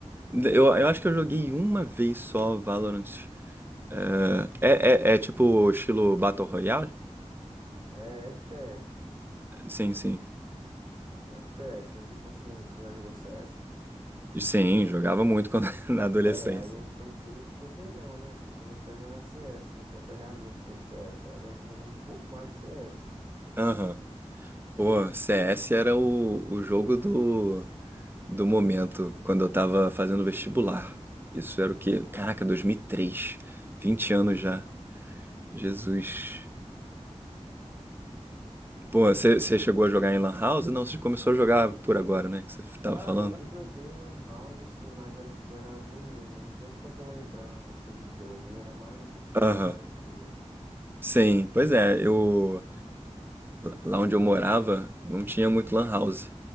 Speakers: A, on the right; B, on the right.
A: Eu, eu acho que eu joguei uma vez só Valorant. É, é, é, é tipo estilo Battle Royale?
B: É FPS.
A: Sim, sim.
B: FPS, é tipo assim, você já jogou CS?
A: Sim, jogava muito quando, <laughs> na adolescência.
B: É, aí eu troquei, troquei não, né? Assim, comecei a jogar CS, comecei a pegar gosto pelo CS. Agora eu tô jogando um pouco mais de CS.
A: Aham. Pô, CS era o, o jogo do, do momento, quando eu tava fazendo vestibular. Isso era o quê? Caraca, 2003. 20 anos já. Jesus. Pô, você chegou a jogar em Lan House? Não, você começou a jogar por agora, né? Que você tava
B: Cara,
A: falando.
B: eu joguei em Lan House, assim, mas era tipo, era menino, não tenho tanta lembrança, assim, do jogo. E era mais aquele CSzão
A: Aham.
B: antigo, né?
A: Sim, pois é, eu. Lá onde eu morava, não tinha muito Lan House.